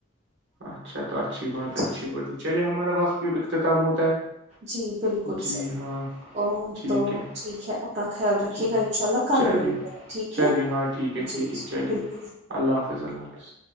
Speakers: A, on the right; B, on the right.
A: اچھا تو اچھی بات ہے
B: جی
A: اچھی بات ہے چلیے ہمارا وقت بھی اختتام ہوتا ہے
B: جی بالکل
A: جی
B: صحیح
A: ہاں
B: اور
A: ٹھیک
B: تو
A: ہے
B: ٹھیک ہے آپ اپنا خیال رکھیے
A: جی
B: گا ان شاء اللہ کل
A: چلیے
B: ملتے ہیں ٹھیک
A: چلیے
B: ہے
A: ہاں ٹھیک ہے
B: جی
A: ٹھیک ہے
B: جی
A: چلیے
B: بالکل
A: اللہ حافظ اللہ حافظ